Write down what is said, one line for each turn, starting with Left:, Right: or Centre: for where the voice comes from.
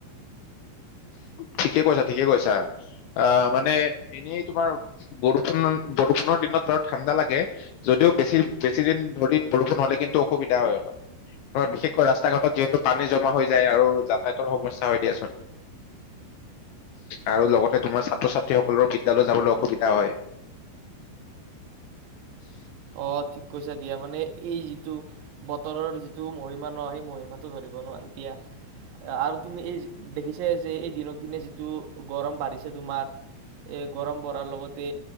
Left: ঠিকে কৈছা ঠিকে কৈছা আহ মানে এনেই তোমাৰ বৰষুণ বৰষুণৰ দিনত বাৰু ঠাণ্ডা লাগে যদিও বেছি বেছিদিন ধৰি বৰষুণ হলে কিন্তু অসুবিধা হয় অলপ ধ বিশেষকৈ ৰাস্তা ঘাটত যিহেতু পানী জমা হৈ যায় আৰু যাতায়তৰ সমস্যা হয় দিয়াচোন আৰু লগতে তোমাৰ ছাত্ৰ ছাত্ৰীসকলৰ বিদ্যালয় যাবলৈ অসুবিধা হয়।
Right: অ' ঠিক কৈছা দিয়া মানে এই যিটো বতৰৰ যিটো মহিমা ন সেই মহিমাটো ধৰিব নোৱাৰোঁ এতিয়া আৰু তুমি এই দেখিছা যে এই দিনক দিনে যিটো গৰম বাঢ়িছে তোমাৰ এই গৰম বঢ়াৰ লগতে